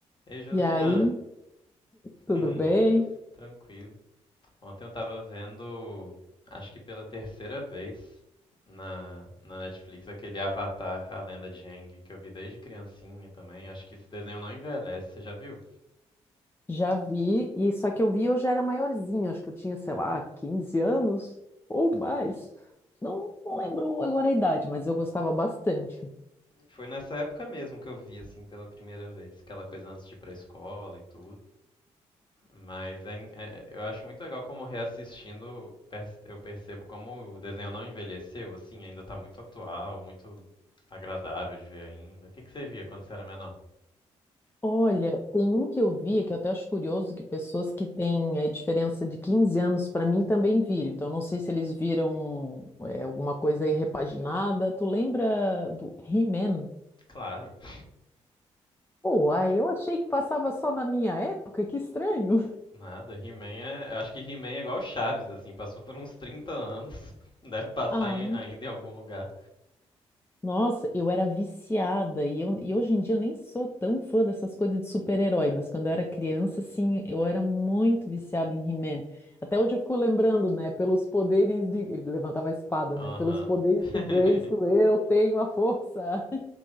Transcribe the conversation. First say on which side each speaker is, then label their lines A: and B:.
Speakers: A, on the left; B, on the left.
A: Ei, Josiane.
B: E aí,
A: <laughs>
B: tudo bem?
A: Tranquilo. Ontem eu tava vendo, acho que pela terceira vez na, na Netflix, aquele Avatar, a Lenda de Aang, que eu vi desde criancinha também. Acho que esse desenho não envelhece, você já viu?
B: Já vi, e só que eu vi eu já era maiorzinha, acho que eu tinha, sei lá, 15 anos ou mais. Não, não lembro agora a idade, mas eu gostava bastante.
A: Foi nessa época mesmo que eu vi, assim, pela primeira vez. Aquela coisa antes de ir pra escola e tudo. Mas é en- é- eu acho muito legal como reassistindo perce- eu percebo como o desenho não envelheceu, assim, ainda tá muito atual, muito agradável de ver ainda. O que que você via quando você era menor?
B: Olha, tem um que eu vi que eu até acho curioso que pessoas que têm a diferença de 15 anos para mim também viram. Então, não sei se eles viram é, alguma coisa aí repaginada. Tu lembra do He-Man?
A: Claro. <laughs>
B: Pô, aí eu achei que passava só na minha época, que estranho. <laughs>
A: Nada, He-Man é. eu Acho que He-Man é igual Chaves, assim, passou por uns 30 anos. <laughs> Deve passar
B: Ah,
A: em- ainda em algum lugar.
B: Nossa, eu era viciada e, eu, e hoje em dia eu nem sou tão fã dessas coisas de super-herói, mas quando eu era criança, assim, eu era muito viciada em He-Man. Até hoje eu fico lembrando, né, pelos poderes de... Ele levantava a espada,
A: Aham.
B: né? Pelos poderes
A: <laughs>
B: de Grayskull, eu tenho a força.